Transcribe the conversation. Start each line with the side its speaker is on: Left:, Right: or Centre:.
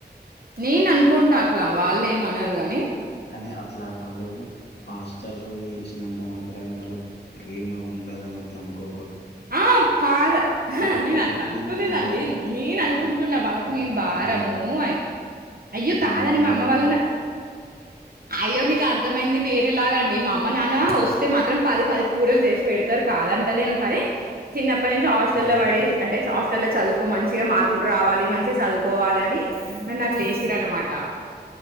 Right: నేను అనుకుంటా అట్లా వాళ్లు ఏం అనరు గా
Left: కానీ అట్లా వాళ్లు హాస్టల్లో ఏచినంత మాత్రాన వాళ్ల ప్రేమ ఉండదు అని అట్లా అనుకో
Right: అ కాదు
Left: ఎప్పటికీ
Right: నేను అట్లా అనుకోలేదండి
Left: అంటే
Right: నేను అనుకుంటున్నా
Left: ఎప్-
Right: వాళ్ళకి నేను భారము
Left: అదే అదే
Right: అని అయ్యో
Left: అట్లా
Right: కాదండి
Left: అనుకోవద్దు
Right: మా అమ్మ వాళ్లు నా అయ్యో మీకర్థమైంది వేరే లాగా అండి మా అమ్మ నాన్న వస్తే మాత్రం పది పది కూరలు చేసి పెడతరు కాదంటలేను కానీ చిన్న ప్పటి నుంచి హాస్టల్లో
Left: ఉమ్,
Right: పడే అంటే హాస్టల్లో చదువుకో మంచిగా మార్కులు రావాలి మంచిగా చదువుకోవాలని నన్నట్లేశీర్ అన్నమాట